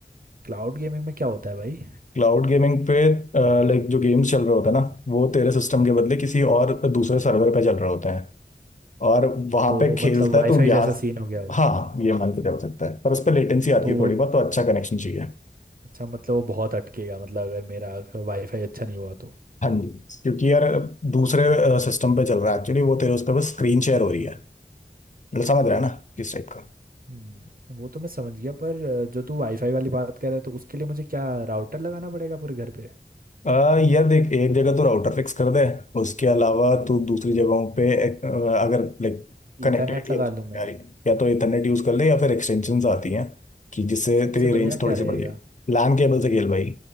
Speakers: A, on the right (about 55°); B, on the left (about 45°).
A: क्लाउड गेमिंग में क्या होता है भाई
B: क्लाउड गेमिंग पे लाइक जो गेम्स चल रहे होते हैं ना वो तेरे सिस्टम के बदले किसी और दूसरे सर्वर पे चल रहे होते हैं और वहां
A: तो
B: पे खेलता
A: मतलब वाईफाई
B: है तो यहाँ
A: जैसा सीन हो गया वो
B: हाँ ये मान के चल सकता है पर उस पर लेटेंसी आती
A: तो
B: है
A: वो
B: थोड़ी बहुत तो अच्छा कनेक्शन चाहिए
A: अच्छा मतलब वो बहुत अटकेगा मतलब अगर मेरा वाईफाई अच्छा नहीं हुआ तो
B: हाँ जी क्योंकि यार दूसरे सिस्टम पे चल रहा है एक्चुअली वो तेरे उस पर बस स्क्रीन शेयर हो रही है मतलब समझ रहा है ना किस टाइप का
A: हम्म वो तो मैं समझ गया पर अ, जो तू वाईफाई वाली बात कर रहा है तो उसके लिए मुझे क्या राउटर लगाना पड़ेगा पूरे घर पे
B: आ, यार देख एक जगह तो राउटर फिक्स कर दे उसके अलावा तू दूसरी जगहों पे एक, अ, अगर लाइक कनेक्टिविटी
A: ईथरनेट लगा
B: अच्छी नहीं
A: लूँ मैं
B: आ रही है, या तो इथरनेट यूज कर ले या फिर एक्सटेंशंस आती हैं कि जिससे
A: सबसे
B: तेरी
A: बढ़िया
B: रेंज
A: क्या
B: थोड़ी सी
A: रहेगा
B: बढ़ जाएगी लैन केबल से खेल भाई